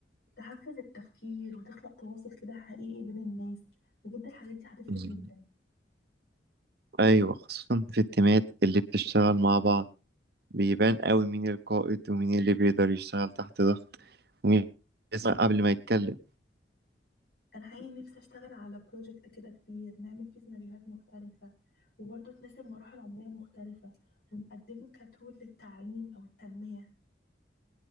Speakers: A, on the left (about 60°); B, on the right (about 55°).
A: تحفز التفكير وتخلق تواصل كده حقيقي بين الناس بجد الحاجات دي هتفرق
B: مم.
A: جدا
B: أيوة خصوصا في التيمات اللي بتشتغل مع بعض بيبان قوي مين القائد ومين اللي بيقدر يشتغل تحت ضغط ومين يسمع قبل ما يتكلم
A: انا حقيقي نفسي اشتغل على بروجكت كده كبير نعمل فيه سيناريوهات مختلفة وبرضه تناسب مراحل عمرية مختلفة ونقدمه كتول للتعليم او التنمية